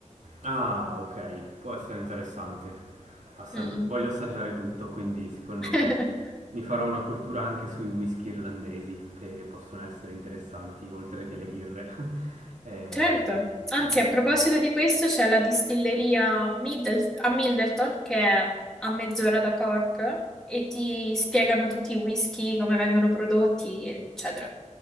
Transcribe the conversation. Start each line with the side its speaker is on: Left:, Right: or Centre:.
Right: Ah, ok, può essere interessante. Assaggi-
Centre: Mm-mm.
Right: voglio assaggiare tutto, quindi secondo
Centre: <laughs>
Right: me mi farò una cultura anche sui whisky irlandesi, che possono essere interessanti, oltre che le birre. <laughs> Eh,
Centre: Certo. Anzi,
Right: sì.
Centre: a proposito di questo, c'è la distilleria Middle- a Middleton, che è a mezz'ora da Cork, e ti spiegano tutti i whisky, come vengono prodotti, eccetera.